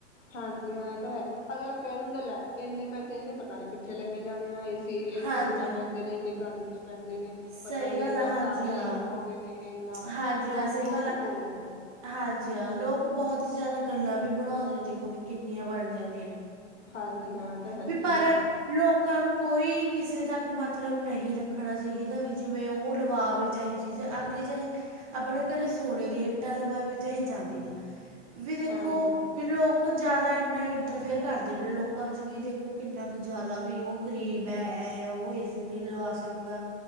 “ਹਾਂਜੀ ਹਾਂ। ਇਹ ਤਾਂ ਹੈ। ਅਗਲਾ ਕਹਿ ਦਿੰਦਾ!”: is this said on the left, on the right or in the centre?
Left